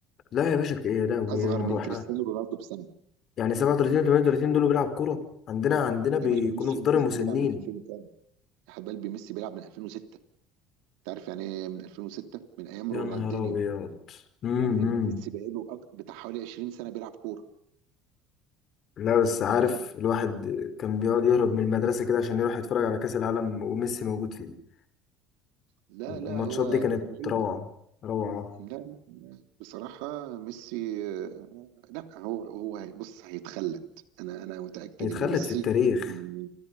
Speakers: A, on the left; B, on the right.
A: لا يا باشا ك- يا لهوي
B: اصغر
A: يا نهار أبيض.
B: من
A: احنا
B: كريستيانو رونالدو بسنه
A: يعني 37 و 38 دول بيلعب كورة عندنا عندنا بيكونوا
B: يا باشا ميسي
A: في دار
B: ميسي
A: المسنين
B: بيلعب من 2000 حب قلبي ميسي بيلعب من 2006 انت عارف يعني ايه من 2006 من ايام
A: يا
B: رونالدينيو
A: نهار أبيض امم
B: يعني ميسي بقاله أك- بتاع حوالي 20 سنه بيلعب كوره
A: لا بس عارف
B: يعني
A: الواحد كان بيقعد يهرب من المدرسة كده عشان يروح يتفرج على كأس العالم وميسي موجود فيه
B: لا
A: الماتشات
B: لا هو انا
A: دي كانت
B: بقول
A: روعة
B: لك
A: روعة
B: لا لا بصراحه ميسي آه، لا هو هو هي- بص هيتخلد انا انا متاكد
A: هيتخلد
B: ان ميسي
A: في التاريخ
B: ل